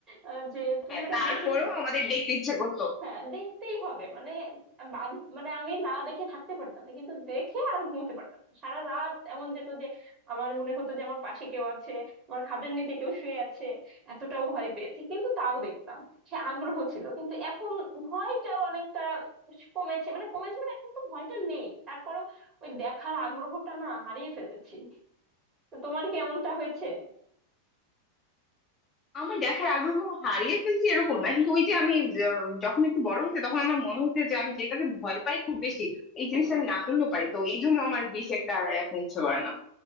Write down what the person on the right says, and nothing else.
আহ, যে তুই
ওটা
দেখিস না
হ্যাঁ দেখতেই হবে মানে বাদ মানে আমি না দেখে থাকতে পারতাম না কিন্তু দেখে আর ঘুমোতে পারতাম না সারা রাত এমন যেত যে আমার মনে হতো যে আমার পাশে কেউ আছে আমার খাটের নিচে কেউ শুয়ে আছে এতটাও ভয় পেয়েছি কিন্তু তাও দেখতাম সে আগ্রহ ছিল কিন্তু এখন ভয়টাও অনেকটা কমেছে মানে কমেছে মানে এখন তো ভয়টা নেই তারপরেও ওই দেখার আগ্রহটা না হারিয়ে ফেলেছি তো তোমার কি এমনটা হয়েছে
হুম